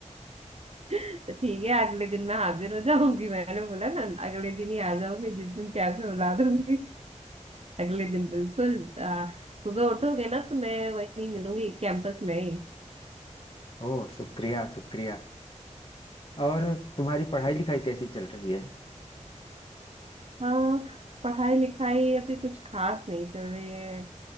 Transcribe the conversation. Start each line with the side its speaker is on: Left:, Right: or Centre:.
Right: तो ठीक है अगले दिन मैं हाजिर हो जाऊंगी मैंने बोला ना अगले दिन ही आ जाऊंगी जिस दिन प्यार से बुला दूंगी अगले दिन बिल्कुल अ, सुबह उठोगे ना तो मैं वहीं मिलूंगी कैंपस में ही
Left: ओह शुक्रिया शुक्रिया और तुम्हारी पढ़ाई लिखाई कैसी चल रही है
Right: हाँ पढ़ाई लिखाई अभी कुछ खास नहीं चल रही है